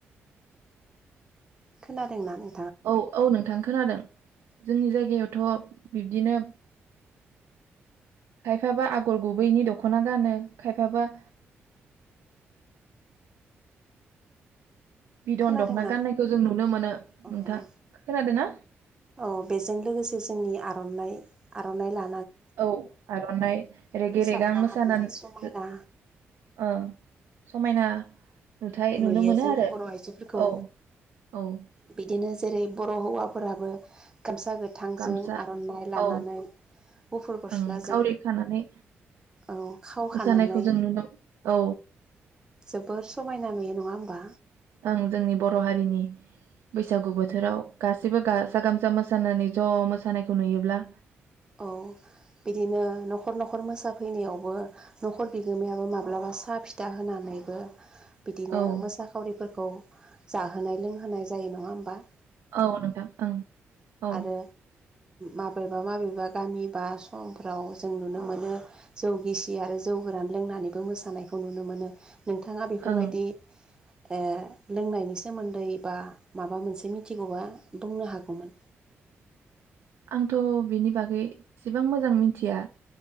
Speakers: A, on the right (about 15°); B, on the right (about 75°).
A: खोनादों ना नों
B: औ औ नोंथां खोनादों। जोंनि जायगायावथ' बिब्दिनो खायफाबा आगर गुबैनि दख'ना गानो खायफाबा बिदन
A: खोनादोंना
B: दख'ना गाननायखौ जों नुनो मोनो
A: औ
B: नोंथां
A: औ
B: खोनादों ना
A: औ बेजों लोगोसे जोंनि आ आरनाइ खारनाइ ला
B: औ आर'नाइ रेगे
A: साबना
B: रेगां मोसानानै
A: हामना समायना
B: ओ समायना नुथाय
A: नुयो
B: नुनो मोनो
A: जोंनि
B: आरो
A: बर' आइजोफोरखौ
B: औ औ ।
A: बिदिनो जेरै बर' हौवाफोराबो गामसा गोथांजों
B: गामसा
A: आर'नाइ लानानै
B: औ
A: गुफुर गस्लाजों
B: ओं खावरि खानानै
A: औ खाव
B: मोसानायखौ
A: हानानै
B: जों नुनो औ
A: जोबोर सम नुयो नङा होमबा
B: ओं जोंनि बर' हारिनि बैसागु बोथोराव गासै जेबो गाजा गामसा मोसानानै ज' मोसानायखौ नुयोब्ला
A: औ बिदिनो न'खर न'खर मोसाफैनायावबो न'खर बिगोमायाबो माब्लाबा साहा फिथा होनानैबो बिदिनो
B: औ
A: मोसाखावरिफोरखौ जा होनाय लोंहोनाय जायो नङा होमबा
B: औ नोंथां ओं औ
A: आरो माबेबा माबेबा गामि बा समफ्राव जों नुनो मोनो जौ गिसि आरो जौ गोरान लोंनानैबो मोसानायखौ नुनो मोनो नोंथाङा बेफोरबायदि
B: ओं
A: ओ लोंनायनि सोमोन्दै बा माबा मोनसे मिथिगौबा बुंनो हागौमोन
B: आंथ' बिनि बागै एसेबां मोजां मिथिया